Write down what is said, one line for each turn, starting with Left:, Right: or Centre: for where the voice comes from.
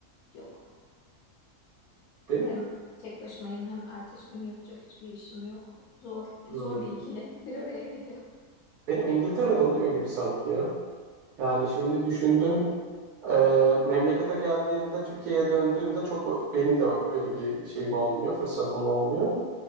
Left: Yok.
Right: Benim
Left: Hem tek başımayım hem ertesi gün yapacak hiçbir işim yok. Zor
Right: hmm,
Left: zor bir ikili bir araya geliyor.
Right: benim İngiltere'de oluyor gibi sanki ya. Yani şimdi düşündüm, e, memlekete geldiğimde, Türkiye'ye döndüğümde çok o- benim de öyle bir şeyim olmuyor, fırsatım olmuyor.